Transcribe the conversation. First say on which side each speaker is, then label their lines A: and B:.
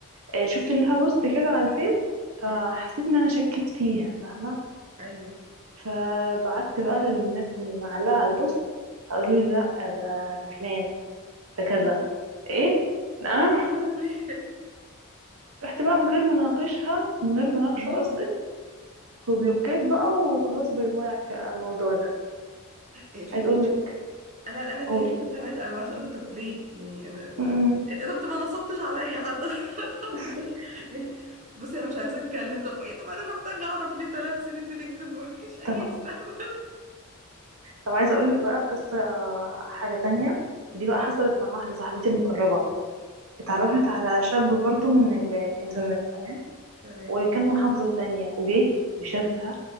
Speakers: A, on the right; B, on the right.
A: آه، شفت لها بوست كده على الفيس فحسيت
B: مم.
A: ان انا شكيت فيها فاهمة
B: أيوه
A: فبعت بقى للناس اللي معلقة على البوست فقالوا لي لا ده ده فلان ده
B: <laughs>
A: كذا
B: يا
A: ايه نعم
B: لهوي.
A: <laughs> رحت بقى من غير ما اناقشها من غير ما اناقشه
B: لا
A: قصدي وبلوكيت بقى وخلاص باي باي على الك- على الموضوع ده
B: الفكرة
A: عايز اقول لك
B: أنا أنا التاني
A: قولي
B: كنت عملت أبعت له أقول له طب ليه يعني أنا
A: م-م.
B: إيه ده، طب أنت ما نصبتش عليا حتى <laughs> طب
A: <laughs>
B: ليه يقول لي بصي أنا مش عايزة أتكلم طب إيه طب أنا محتاجة أعرف ليه ثلاث سنين بتكذب <laughs> ومفيش أي
A: طب
B: سبب
A: طب عايزه اقول لك بقى قصه آه، حاجه تانية دي بقى حصلت مع واحده صاحبتي المقربه اتعرفت
B: <laughs>
A: على شاب برضو من ال- الانترنت تمام
B: تمام
A: وكان محافظه تانية وجه وشافها